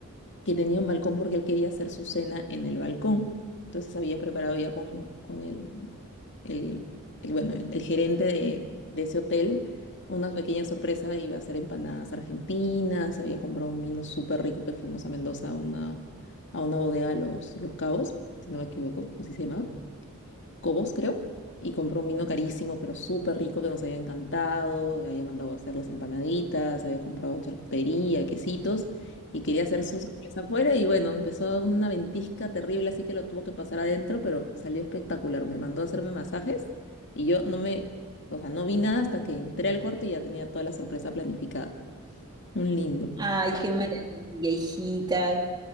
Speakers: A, on the left (about 55°); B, on the right (about 20°).
A: que tenía un balcón porque él quería hacer su cena en el balcón. Entonces había preparado ya con, con el, el, el, bueno, el, el gerente de, de ese hotel una pequeña sorpresa, iba a hacer empanadas argentinas, había comprado un vino súper rico que fuimos a Mendoza a una, a una bodega, a Los, Los Cabos, si no me equivoco, así se llamaba. Cobos, creo, y compró un vino carísimo, pero súper rico que nos había encantado, había mandado a hacer las empanaditas, había comprado charcutería, quesitos, y quería hacer su sorpresa afuera, y bueno, empezó una ventisca terrible, así que lo tuvo que pasar adentro, pero salió espectacular, me mandó a hacerme masajes, y yo no me, o sea, no vi nada hasta que entré al cuarto y ya tenía toda la sorpresa planificada. Un lindo.
B: Ay, qué maravilla, hijita.